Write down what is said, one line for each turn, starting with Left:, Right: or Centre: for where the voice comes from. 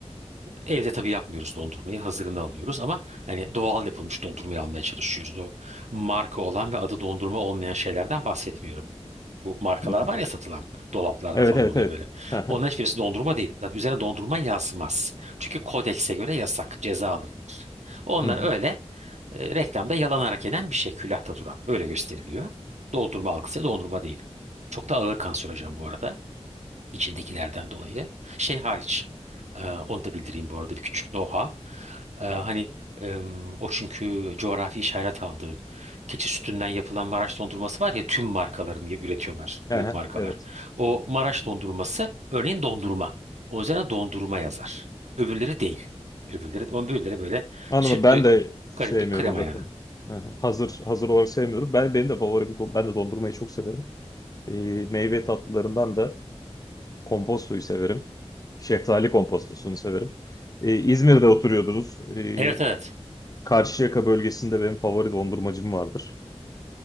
Right: evde tabii yapmıyoruz dondurmayı. Hazırını alıyoruz ama hani doğal yapılmış dondurmayı almaya çalışıyoruz. O marka olan ve adı dondurma olmayan şeylerden bahsetmiyorum. Bu markalar
Left: Hı hı.
Right: var ya satılan dolaplarda
Left: Evet
Right: falan
Left: evet
Right: oluyor
Left: evet.
Right: böyle.
Left: Aha.
Right: Onların hiçbirisi dondurma değil. Zaten üzerine dondurma yazmaz. Çünkü kodekse göre yasak, ceza alır. Onlar
Left: Hı hı.
Right: öyle e, reklamda yalanarak yenen bir şey külahta duran. Öyle gösteriliyor. Dondurma algısı dondurma değil. Çok da ağır kanserojen bu arada. içindekilerden dolayı. Şey hariç. e, onu da bildireyim bu arada bir küçük know-how. E, hani em, o çünkü coğrafi işaret aldığı keçi sütünden yapılan Maraş dondurması var ya tüm markaların üretiyorlar.
Left: Aha,
Right: Büyük markalar.
Left: Evet.
Right: O Maraş dondurması örneğin dondurma. O üzerine dondurma yazar. Öbürleri değil. Öbürleri, öbürleri böyle
Left: Anladım.
Right: sütlü
Left: Ben de sevmiyorum
Right: garip bir krema
Left: zaten.
Right: yani.
Left: Aha. Hazır hazır olarak sevmiyorum. Ben benim de favorim don- ben de dondurmayı çok severim. Ee, meyve tatlılarından da Kompostoyu severim. Şeftali kompostosunu severim. Ee, İzmir'de oturuyordunuz. Ee,
Right: Evet evet.
Left: Karşıyaka bölgesinde benim favori dondurmacım vardır.